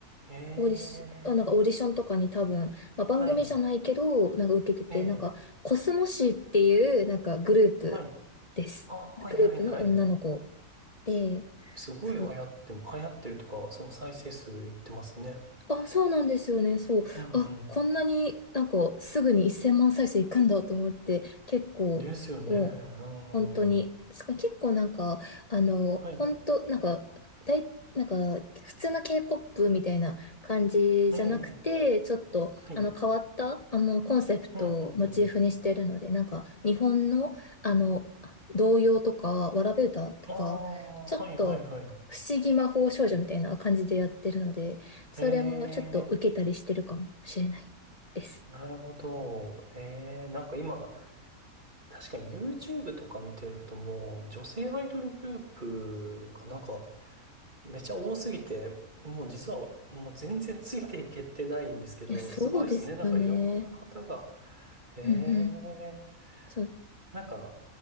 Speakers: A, on the right (about 30°); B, on the left (about 35°).
A: ええ、
B: オーディション、あなんかオーディションとかに多分、まあ、番組じゃないけど、
A: はい、
B: なんか受けてて、
A: ええ、
B: なんか、コスモシーっていう、なんかグループです。
A: はい。あ、はいはいはい。
B: グループの女の子で、
A: すごい流行っても、
B: そう
A: 流行ってるとか、その再生数いってますね。
B: あ、そうなんですよね。そう。
A: うんう
B: あ、こんなになんかすぐに1000万再生いくんだと思って、結構もう本当に、
A: ん。ですよね。うん。は
B: すか結構なんか、あの、
A: い。
B: 本当なんか、だい、なんか普通の K-POP みたいな感じじゃなくて、
A: ええ。
B: ちょっとあの変わったあのコンセプトをモチーフにしてるので、
A: はい。うんうんうん。
B: なんか日本のあの童謡とか、わらべ歌とか、
A: ああ、
B: ちょっと不思議魔法少女みたいな感じでやってるので、
A: はいはいはい。
B: それもちょっと受けたりしてるかもしれないです。
A: ええ。なるほど。ええ。なんか今、確かに YouTube とか見てるともう、女性アイドルグループがなんか、めちゃ多すぎて、もう実はもう全然ついていけてないんですけど、
B: いや、そうですよね。
A: すごいですね。なんかいろんな方が、ええ。
B: うんうん。そう。
A: なんか、